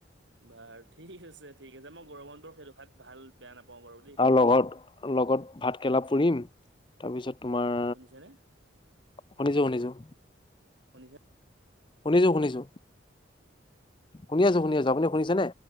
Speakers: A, on the right; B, on the left.
A: বাৰু ঠিক আছে, ঠিক আছে মই গৰম বন্ধৰ সেই দখাত ভাল-বেয়া নাপাওঁ বাৰু দে।
B: আৰু লগত, লগত ভাত-কেৰেলা পুৰিম তাৰপিছত তোমাৰ,
A: শুনিছেনে
B: শুনিছোঁ, শুনিছোঁ।
A: শুনিছে
B: শুনিছোঁ, শুনিছোঁ শুনি আছোঁ, শুনি আছোঁ আপুনি শুনিছেনে?